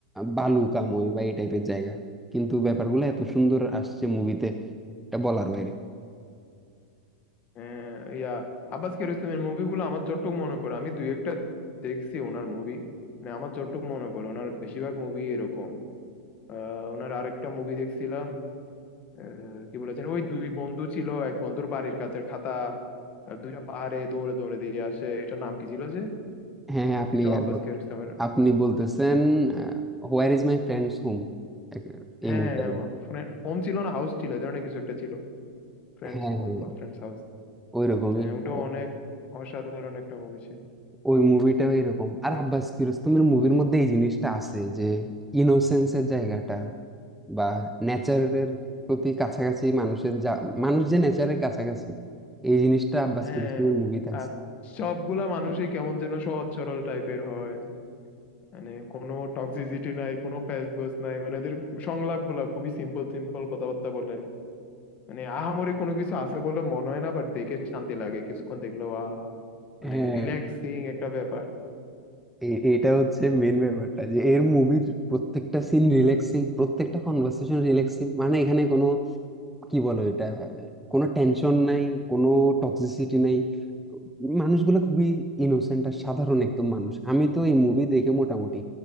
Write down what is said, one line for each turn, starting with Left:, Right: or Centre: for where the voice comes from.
Centre: বালু কাময় বা এই টাইপের জায়গা কিন্তু ব্যাপারগুলো এত সুন্দর আসছে মুভিতে এটা বলার বাইরে
Left: আহ, ইয়া আব্বাস কিয়ারোস্তামির মুভিগুলো আমার যতটুকু মনে পড়ে আমি দুই একটা দেখছি ওনার মুভি মানে আমার যতটুকু মনে পড়ে ওনার বেশিরভাগ মুভি এরকম আহ ওনার আরেকটা মুভি দেখছিলাম আহ, কি বলেছেন ওই দুই বন্ধু ছিল এক বন্ধুর বাড়ির কাছের খাতা আর দুইটা পাহাড়ে দৌড়ে দৌড়ে দিয়ে আসে এটা নাম কি ছিল যে
Centre: হ্যাঁ হ্যাঁ আপনি
Left: এটাও
Centre: আর
Left: আব্বাস
Centre: বলেন।
Left: কিয়ারোস্তামির
Centre: আপনি বলতেছেন where is my friends home
Left: হ্যাঁ
Centre: এই মুভিটা
Left: হ্যাঁ ফ্রেন্ড হোম ছিল না হাউস ছিল এই ধরনের কিছু একটা ছিল ফ্রেন্ডস
Centre: হ্যাঁ
Left: হোম
Centre: হ্যাঁ
Left: বা ফ্রেন্ডস হাউস
Centre: ওইরকমই
Left: হ্যাঁ ওটাও
Centre: ও-
Left: অনেক অসাধারণ একটা মুভি ছিল
Centre: ওই মুভিটাও এরকম আর আব্বাস কিরোস্তমের মুভির মধ্যে এই জিনিসটা আছে যে ইনোসেন্সের জায়গাটা বা নেচারের প্রতি কাছাকাছি মানুষের যা মানুষ যে নেচারের কাছাকাছি এই জিনিসটা আব্বাস
Left: হ্যাঁ
Centre: কিরোস্তমের মুভিতে আছে
Left: আর সবগুলা মানুষই কেমন যেন সহজ সরল টাইপের হয় মানে কোনো টক্সিসিটি নাই কোনো প্যাচ গোছ নাই মানে ওদের সংলাপ গুলা খুবই সিম্পল সিম্পল কথাবার্তা বলে মানে আহামরি কোনো কিছু আছে বলে মনে হয় না বাট দেখে শান্তি লাগে কিছুক্ষণ দেখলেও আহ মানে
Centre: হ্যাঁ
Left: রিল্যাক্সিং একটা ব্যাপার
Centre: এ- এটা হচ্ছে মেন ব্যাপারটা যে এর মুভির প্রত্যেকটা সিন রিল্যাক্সিং প্রত্যেকটা কনভার্সেশন রিল্যাক্সিং মানে এখানে কোনো কি বলো এটা কোনো টেনশন নাই কোনো টক্সিসিটি নাই মানুষগুলো খুবই ইনোসেন্ট আর সাধারণ একদম মানুষ আমি তো এই মুভি দেখে মোটামুটি